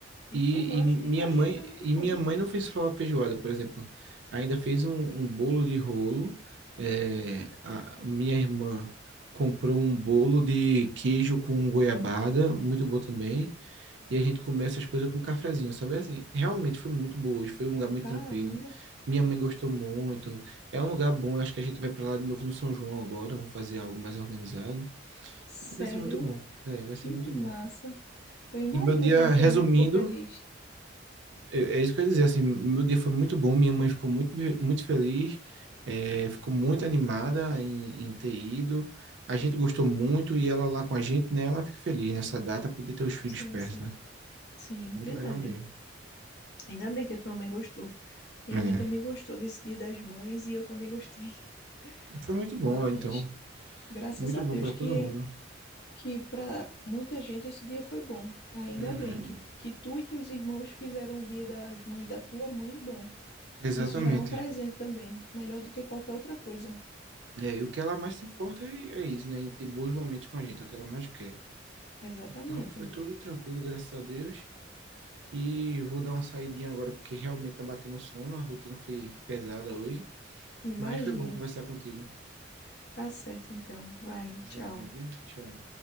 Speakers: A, on the left; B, on the right.
A: E
B: E,
A: foi, eu acho
B: e minha
A: que eu imagino,
B: mãe,
A: que foi muito
B: e
A: bom,
B: minha
A: viu?
B: mãe não fez só a feijoada, por exemplo. Ainda fez um, um bolo de rolo. É, a minha irmã comprou um bolo de queijo com goiabada, muito bom também. E a gente comeu essas coisas com um cafezinho, sabe? Assim, realmente foi muito boa hoje, foi um lugar muito
A: Caramba,
B: tranquilo. Minha mãe gostou muito. É um lugar bom, eu acho que a gente vai para lá de novo no São João agora, vamos fazer algo mais organizado.
A: sério.
B: E vai ser muito bom. É, vai
A: Que
B: ser muito
A: massa.
B: bom.
A: Eu imagino
B: E meu dia,
A: quanto
B: resumindo,
A: tua mãe ficou feliz.
B: é é isso que eu ia dizer, assim, meu dia foi muito bom, minha mãe ficou muito, muito feliz, é, ficou muito animada em, em ter ido. A gente gostou muito e ela lá com a gente, né? Ela fica feliz nessa data, poder ter os filhos
A: Sim,
B: perto,
A: sim,
B: né?
A: sim,
B: Muito
A: verdade.
B: legal mesmo.
A: Ainda bem que a tua mãe gostou. Minha
B: É.
A: mãe também gostou desse Dia das Mães e eu também gostei.
B: Foi
A: <laughs>
B: muito bom,
A: Mas
B: então.
A: graças
B: Muito
A: a
B: bom
A: Deus
B: para
A: que
B: todo mundo.
A: que para muita gente esse dia foi bom. Ainda
B: Uhum.
A: bem que que tu e teus irmãos fizeram o Dia das Mães da tua mãe bom.
B: Exatamente.
A: Isso já é um presente também, melhor do que qualquer outra coisa.
B: É, e o que ela mais se importa é, é isso, né? Em ter bons momentos com a gente, é o que ela mais quer.
A: Exatamente.
B: Então foi tudo tranquilo, graças a Deus. E vou dar uma saidinha agora, porque realmente tá batendo sono, a rotina foi pesada hoje.
A: Imagino.
B: Mas foi bom conversar contigo.
A: Tá certo então. Vai,
B: Valeu,
A: tchau.
B: hein? Tchau.